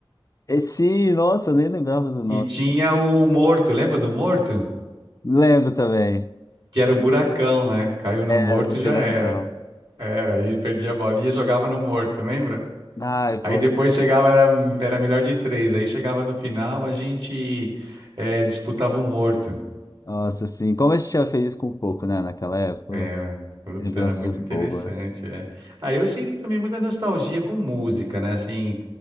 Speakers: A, on the left; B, on the right.
A: E sim, nossa, eu nem lembrava do nome.
B: E tinha o morto, lembra do morto?
A: Lembro também,
B: Que era o buracão, né? Caiu no
A: é,
B: morto
A: do
B: e
A: grandão.
B: já era. Era, aí perdia a bolinha e jogava no morto, lembra?
A: Ai,
B: Aí
A: pô,
B: depois chegava, era, era melhor de três. Aí chegava no final, a gente eh, disputava um morto.
A: nossa, assim, como a gente tinha feliz com pouco, né, naquela época.
B: Era, puta,
A: Lembranças
B: era muito
A: boas.
B: interessante, é. Aí eu sinto também muita nostalgia com música, né? Assim,